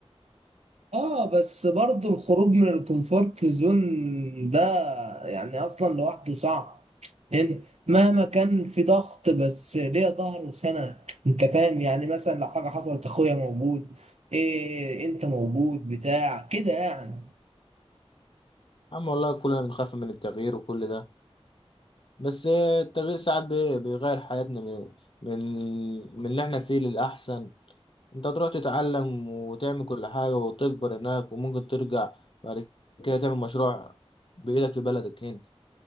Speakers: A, on the right; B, on the left.
A: اه بس برضو الخروج من الكومفورت زون ده يعني اصلا لوحده صعب هنا مهما كان في ضغط بس ليه ظهر وسند انت فاهم يعني مثلا لو حاجه حصلت اخويا موجود إيه انت موجود بتاع كده يعني
B: عم والله كلنا بنخاف من التغيير وكل ده بس ايه التغيير ساعات بي- بيغير حياتنا من من من اللي احنا فيه للأحسن انت تروح تتعلم وتعمل كل حاجة وتكبر هناك وممكن ترجع بعد كده تعمل مشروع بإيدك في بلدك هنا